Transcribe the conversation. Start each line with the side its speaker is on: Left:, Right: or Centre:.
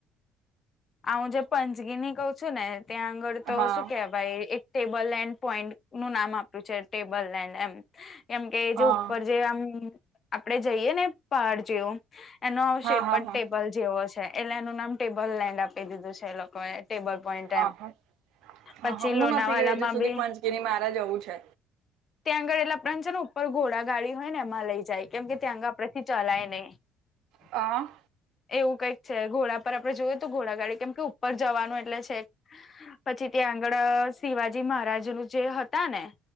Left: હું જે પંચગીની કઉ છું ને ત્યાં આગળ તો
Right: હા
Left: શું કેવા ભાઈ એક ટેબલ લેન્ડ પોઈન્ટ નું નામ આપ્યું છે ટેબલ લેન્ડ એમ કેમ કે એ જે
Right: હા
Left: ઉપર જે આમ આપડે જઈએ ને પહાડ જેવું એનો શેપડ
Right: હા હા હા
Left: ટેબલ જેવો છે એટલે એનું નામ ટેબલ લેન્ડ આપી દીધું છે એ લોકો એ ટેબલ પોઈન્ટ
Right: હા
Left: એમ
Right: હા
Left: પછી
Right: હા હા હું
Left: લોનાવાલામાં
Right: નથી ગઈ હજુ સુધી
Left: બી
Right: પંચગીરી
Left: <inaudible>
Right: મારે જવું છે
Left: ત્યાં આગળ એટલા પ્રાંત છે ને ઉપર ઘોડા ગાડી હોય ને એમાં લઈ જાય કેમ કે ત્યાં આગળ આપડેથી ચલાય નહીં. <inaudible>
Right: હ.
Left: એવું કઈક છે ઘોડા પર આપડણે જોયું તો ઘોડા ગાડી કેમ કે ઉપર જવાનું એટલે છે. પછી ત્યાં આગળ શિવાજી મહારાજ ન જે હતા ને-